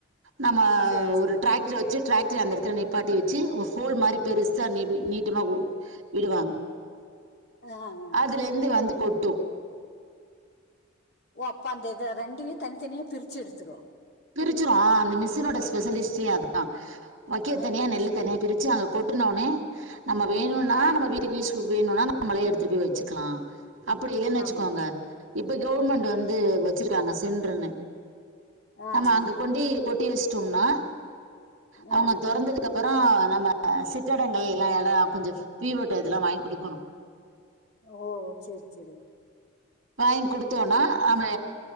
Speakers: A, on the right; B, on the left.
A: நம்ம
B: சேரி சேரி
A: ஒரு டிராக்டர் வச் வச்சு டிராக்டர் அந்த இடத்துல நிப்பாட்டி வெச்சு ஒரு ஹோல் மாரி பெருசா நீ நீட்டமா விடுவாங்க
B: ஆ ஆ
A: அதுலந்து வந்து கொட்டு
B: ஓ அப்ப அந்த இது ரெண்டையு தனித்தனியா பிரிச்சு எடுத்துரு
A: பிரிச்சிரு அந்த மிஸினோட ஸ்பெஷலிஸ்டே அதா வைக்கல்
B: ஆ
A: தனியா
B: ஆ
A: நெல்லு தனியா பிரிச் சு அங்க கொட்டனோனே நம்ம வேணுனா
B: ஆ
A: நம்ம வீட்டு யூஸ்க்கு வேணுனா நம்மளே எடுத்துட் போயி வெச்சுக்கலா அப்டி இல்லைன்னு வெச்சுக்கோங்க
B: ஆமாம்
A: இப்ப கவுர்மெண்ட் வந்து வெச்சிருக்காங்க சென்ட்ர்ன்னு
B: ஆ
A: நம்ம அங்க
B: ஆ
A: கொண்டி கொட்டி வெச்சுட்டொம்னா அவங்க
B: ஆ
A: தொறந்த அதுக்கப்றோ நம்ம சிட்டடங்கள் எல்லா இடோ கொஞ்சம் வி ஓ இதெல்லா வாங்கி குடுக்கணு
B: ஓ சேரி சேரி
A: வாங்கி் குடுத்தோனா ஆமே